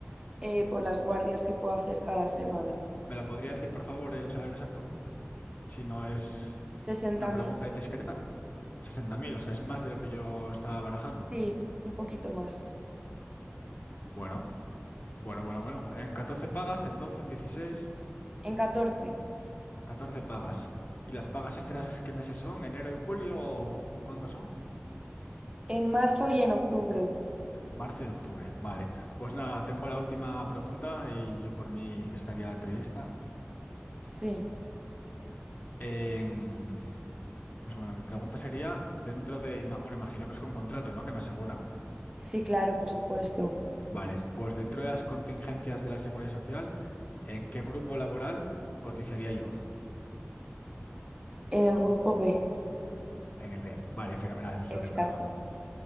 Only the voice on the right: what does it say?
eh, por las guardias que puedo hacer cada semana.
sesenta
mil
sí, un poquito más.
En catorce
en marzo y en octubre.
Sí,
sí, claro, por supuesto.
En el grupo B,
exacto.